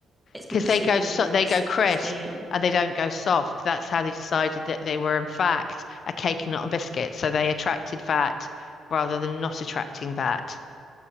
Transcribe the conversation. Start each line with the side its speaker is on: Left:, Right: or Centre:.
Centre: it's
Left: because
Centre: because
Left: they
Centre: they
Left: go
Centre: go
Left: so they go crisp
Centre: stale
Left: and they don't go soft. That's how they decided that they were in fact a cake and not a biscuit. So they attracted VAT rather than not attracting VAT.